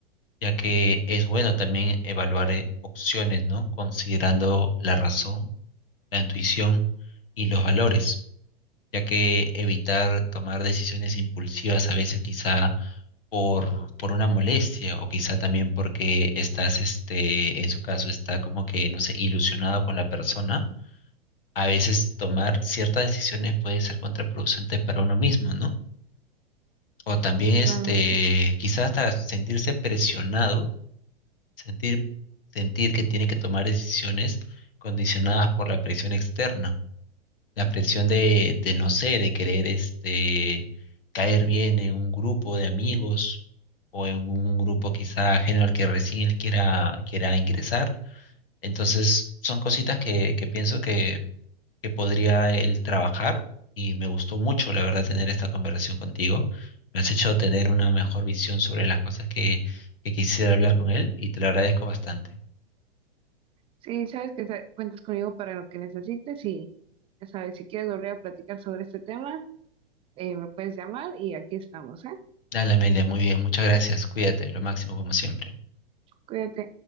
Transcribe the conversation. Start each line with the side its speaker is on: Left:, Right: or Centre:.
Left: ya que es bueno también evaluar eh, opciones, ¿no? Considerando la razón, la intuición y los valores, ya que evitar tomar decisiones impulsivas a veces quizá por, por una molestia o quizá también porque estás, este, en su caso, está como que, no sé, ilusionado con la persona a veces tomar ciertas decisiones puede ser contraproducente para uno mismo, ¿no? O también este,
Right: Claro,
Left: quizás hasta sentirse presionado, sentir, sentir que tiene que tomar decisiones condicionadas por la presión externa, la presión de, de no sé, de querer este, caer bien en un grupo de amigos o en un grupo quizá ajeno al que recién él quiera, quiera ingresar. Entonces, son cositas que, que pienso que que podría él trabajar y me gustó mucho, la verdad, tener esta conversación contigo. Me has hecho tener una mejor visión sobre las cosas que, que quisiera hablar con él y te lo agradezco bastante.
Right: sí, sabes que sa- cuentas conmigo para lo que necesites y ya sabes, si quieres volver a platicar sobre este tema, eh, me puedes llamar y aquí estamos, ¿eh?
Left: Dale, Amelia, muy bien, muchas gracias. Cuídate, lo máximo como siempre.
Right: Cuídate.